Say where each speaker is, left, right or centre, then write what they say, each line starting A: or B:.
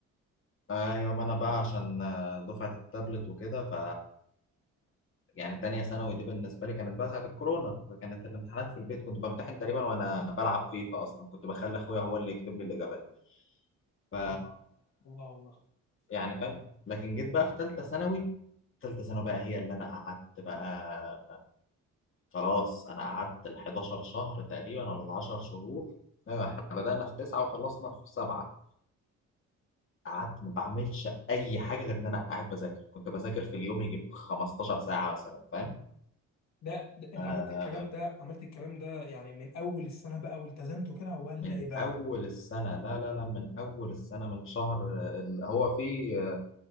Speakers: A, on the left; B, on the left.
A: ايوه ما انا بقى عشان آه، دفعة التابلت وكده ف يعني تانية ثانوي دي بالنسبة لي كانت بقى ساعة الكورونا كانت الامتحانات في البيت كنت بمتحن تقريبا وانا بلعب فيفا اصلا كنت بخلي اخويا هو اللي يكتب لي الاجابات ف
B: الله الله والله
A: يعني فاهم لكن جيت بقى في تالتة ثانوي تالتة ثانوي بقى هي اللي انا قعدت بقى خلاص انا قعدت ال 11 شهر تقريبا ولا ال 10 شهور ايوه احنا بدأنا في تسعة وخلصنا في سبعة قعدت ما بعملش اي حاجه غير ان انا قاعد بذاكر كنت بذاكر في اليوم يجيب 15 ساعه مثلا فاهم
B: ده, ده انت
A: آه
B: عملت الكلام ده عملت الكلام ده يعني من اول السنه بقى والتزمت كده ولا
A: من
B: ايه بقى؟
A: اول السنه لا لا لا من اول السنه من شهر ال- هو في آه،